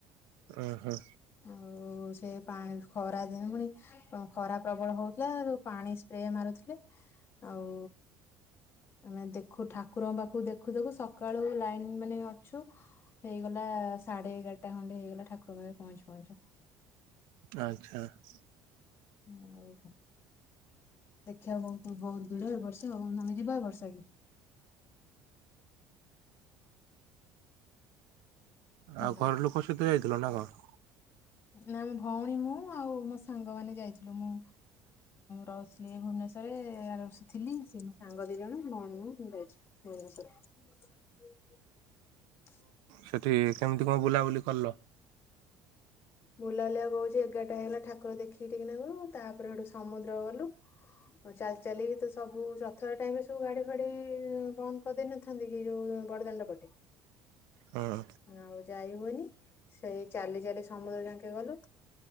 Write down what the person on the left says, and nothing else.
ଆଉ ସେ ପାଣି ଖରା ଦିନ ପୁଣି ଖରା ପ୍ରବଳ ହଉଥିଲା ପାଣି ସ୍ପ୍ରେ ମାରୁଥିଲେ ଆଉ ଆମେ ଦେଖୁ ଠାକୁରଙ୍କ ପାଖକୁ ଦେଖୁ ଦେଖୁ ସକାଳୁ ଲାଇନ ମାନେ ଅଛୁ ହେଇଗଲା ସାଢେ ଏଗାରଟା ଖଣ୍ଡେ ହେଇଗଲା ଠାକୁରଙ୍କ ପାଖରେ ପହଞ୍ଚି ପହଞ୍ଚୁ।
ଆଉ କ ଦେଖିବା ବ ବହୁତ ଦିଡ ଏ ବର୍ଷା ଆଉ ଆମେ ଯିବା ଏ ବର୍ଷା କି? ହେଲୋ
ନା ମୋ ଭଉଣୀ ମୁଁ ଆଉ ମୋ ସାଙ୍ଗ ମାନେ ଯାଇଥିଲୁ ମୁଁ ରହୁଥିଲି ଭୁବନେଶସୁରରେ ରଥିଲି ସେ ମୋ ସାଙ୍ଗ ଦି ଜଣ ଭଉଣୀ ମୁ ଯାଇଥିଲ ଭୁବନେଶ୍ୱର। <inaudible>
ବୁଲାଲିଆକୁ କହୁଛି ଏଗାରଟା ହେଇଗଲା ଠାକୁର ଦେଖିକି ଟିକି ନାଗରୁ ତାପରେ ସେଠୁ ସମୁଦ୍ର ଗଲୁ ଚାଲି ଚାଲି ତ ସବୁ ରଥ ଟାଇମରେ ସବୁ ଗାଡି ଫାଡି ବନ୍ଦ କରିଦେଇନଥାନ୍ତି କି ଯୋଉ ବଡ ଦାଣ୍ଡ ପଟେ।
ଆଉ ଯାଇ ହୁଏନି ସେଇ ଚାଲି ଚାଲି ସମୁଦ୍ର ଯ କ ଗଲୁ